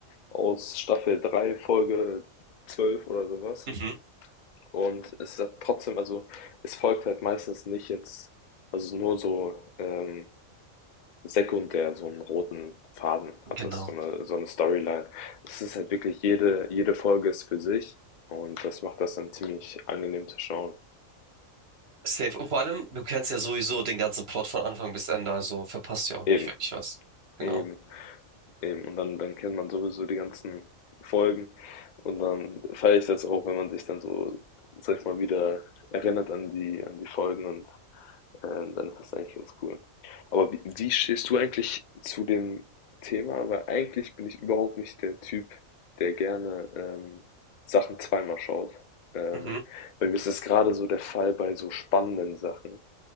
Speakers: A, on the left; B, on the right.
A: aus Staffel 3 Folge 12 oder sowas.
B: Mhm,
A: Und es hat trotzdem, also es folgt halt meistens nicht jetzt, also nur so ähm, sekundär so einen roten Faden
B: genau.
A: hat das, so eine so eine Storyline. Es ist halt wirklich jede jede Folge ist für sich und das macht das dann ziemlich angenehm zu schauen.
B: Safe. Und vor allem, du kennst ja sowieso den ganzen Plot von Anfang bis Ende, also verpasst ja auch
A: Eben,
B: nicht wirklich was. Genau.
A: eben. Eben, und dann, dann kennt man sowieso die ganzen Folgen und dann feiere ich das auch, wenn man sich dann so, sag ich mal, wieder erinnert an die, an die Folgen und ähm, dann ist das eigentlich ganz cool. Aber wie, wie stehst du eigentlich zu dem Thema? Weil eigentlich bin ich überhaupt nicht der Typ, der gerne ähm, Sachen zweimal schaut. Ähm,
B: Mhm.
A: bei mir ist das gerade so der Fall bei so spannenden Sachen.